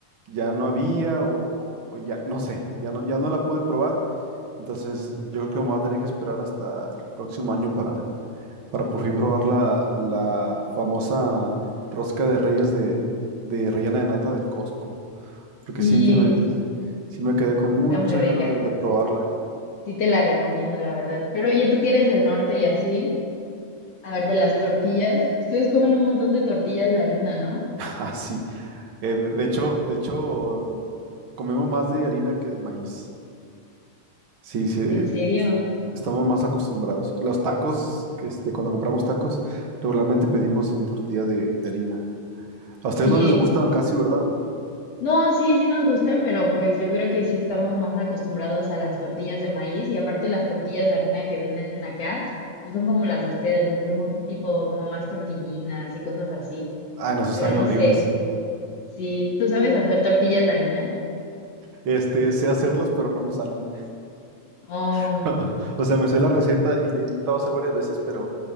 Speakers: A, on the right (about 50°); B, on the left (about 60°).
A: ya no había o, o- o ya, no sé, ya no, ya no la pude probar, entonces yo creo que me voy a tener que esperar hasta el próximo año para, para por fin probar la, la famosa rosca de reyes de, de rellena de nata del Costco, porque
B: Sí,
A: sí, te- sí me quedé con
B: sí
A: muy
B: están
A: muchas
B: muy ricas.
A: ganas de, de probarla.
B: Sí te la recomiendo, la verdad. Pero oye, tú que eres del norte y así, a ver, de las tortillas, ustedes comen un montón de tortillas de harina, ¿no?
A: <laughs> Así, Eh, de hecho, de hecho, comemos más de harina que de maíz. Sí, se,
B: ¿En serio?
A: estamos más acostumbrados. Los tacos, que este, cuando compramos tacos, regularmente pedimos en tortilla de, de harina. A ustedes
B: Oye,
A: no les gustan
B: y-
A: casi, ¿verdad?
B: no, sí, sí nos gustan, pero pues yo creo que sí estamos más acostumbrados a las tortillas de maíz y aparte las tortillas de harina que venden acá no son como las de ustedes, o sea, son como tipo como más tortillinas y cosas así.
A: Ay, nos
B: Pero
A: saben
B: no
A: horribles.
B: sé, si tú sabes hacer tortillas de harina.
A: Este, sé hacerlos, pero no me salen.
B: Oh,
A: <laughs> O sea, me sé la receta y la he intentado hacer varias veces, pero